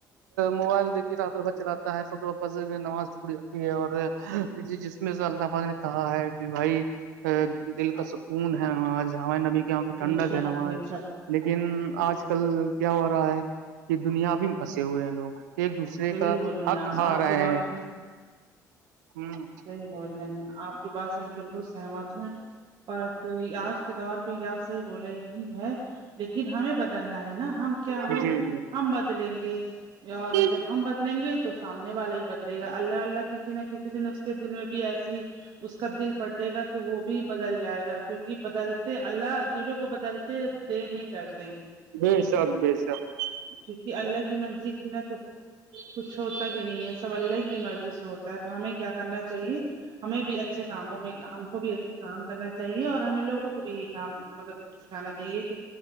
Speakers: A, on the right (about 75°); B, on the right (about 55°).
A: موبائل دیکھیے رات ر بھر چلاتا ہے پ نماز چھوڑ جاتی ہے اور ج مز اللہفا نے کہا ہے کہ بھائی دل کا سکون ہےامع نبی پہ ٹھنڈا
B: بے شک
A: ہے ن
B: بے
A: آج
B: شک
A: لیکن
B: بے شک
A: آج کل کیا ہو رہا ہے کہ دنیا ابھی میں پھسے ہوئے ہیں لوگ ایک دوسرے
B: صحیح
A: کا
B: بول رہے
A: حق
B: ہیں آپ
A: کھا
B: آپ
A: رہے
B: کی بات
A: ہیں ہ
B: صحی بول رہے ہیں آپ کے بس میں بالکل سہمت ہوں بس آج کے دور پہ یہ آپ صحیح بولے یہی ہے لیکن ہمیں بدلنا ہے نا ہم کیا
A: جی
B: ہے
A: جی
B: ہم بدلیں گے اور
A: جی
B: جب ہم بدلیں گے تو سامنے والا ہی بدلے گا اللہ اللہ کسی نہ کسی دن کے دل میں بھی ایسی اس کا دل پٹے گا کہ وہ بھی بدل جائے گا کیونکہ بدلتے اللہ دلوں کو بدلتے د نہیں کرتے
A: بے شک بے شک
B: کیونکہ اللہ کی مرضی کے بنا تو کچھ ہوتا بھی نہیں ہے س اللہ کی مرضی ہوتا ہے تو ہمیں کیا کرنا چاہیے ہمیں بھی اچھے کاموں میں ہم کو بھی اچھے کام کرنا چاہیے اور ہمیں لوگوں کو بھی یہ کام مطلب سکھانا چاہیے کہ